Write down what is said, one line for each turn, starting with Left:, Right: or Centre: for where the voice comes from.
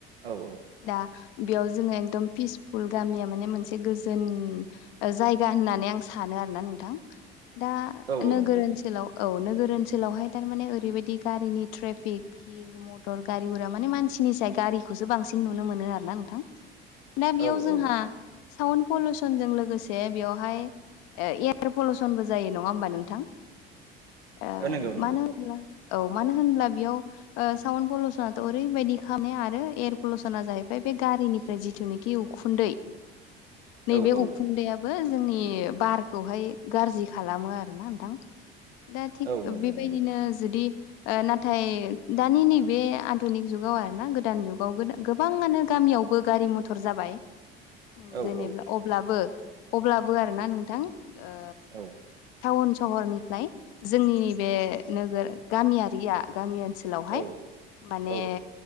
Right: औ औ।
Left: दा बेयाव जोङो एकदम पिसफुल गामिया माने मोनसे गोजोन ओ जायगा होननानै आं सानो आरोना नोंथां दा
Right: औ औ
Left: नोगोर
Right: नंगौ
Left: ओनसोलाव औ नोगोर ओनसोलावहाय थारमाने ओरैबायदि ट्रेफिक भिर गारि मथर गारि गुरा माने मानसिनि साय गारिखौसो बांसिन नुनो मोनो आरो ना नोंथां दा बेयाव
Right: औ
Left: जोंहा
Right: औ
Left: साउन्ड पलउसनजों लोगोसे बेवहाय ओ एयार पलुसनबो जायो नङा होमबा नोंथां? ओ
Right: नंगौ नंगौ
Left: मानो होनब्ला औ मानो होनब्ला बेयाव साउन पलसना ओरैबायदि खालामनाया आरो एयार पलुसना जाहैबाय बे गारिनिफ्राय जिथुनिखि उखुन्दै <inaudible> नैबे
Right: औ औ
Left: उखुन्दैयाबो जोंनि बारखौहाय गाज्रि खालामो आरो ना नोथां। दा थिग
Right: औ नंगौ
Left: बिबायदिनो
Right: नंगौ
Left: जुदि ओ नाथाय दानि नैबे। <unintelligible> धोनिग जुगाव आरो ना गोदान जुगाव <unintelligible> गोबाङानो गामियावबो गारि मथर जाबाय।
Right: औ
Left: दोनिब्ला
Right: औ
Left: अब्लाबो अब्लाबो आरोना नोंथां ओ।
Right: औ
Left: टाउन सहरनिफ्लाय जोंनि बे नोगोर गामियारिया गामि ओनसोलावहाय।
Right: औ
Left: माने
Right: औ